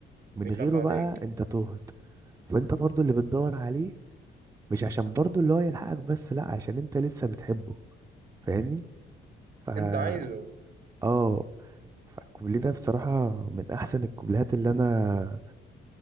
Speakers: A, on the right; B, on the right.
A: من
B: بيخاف
A: غيره
B: عليك
A: بقى انت تهت فانت برضو اللي بتدور عليه مش عشان برضو اللي هو يلحقك بس لا عشان انت لسه بتحبه فاهمني فا
B: انت عايزه
A: اه فالكوبليه ده بصراحة من احسن الكوبليهات اللي انا